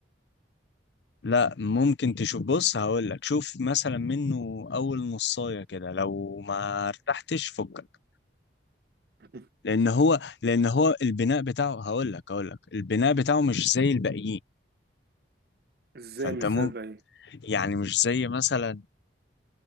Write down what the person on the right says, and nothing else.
<laughs>
ازاي
مش
زي الباقيين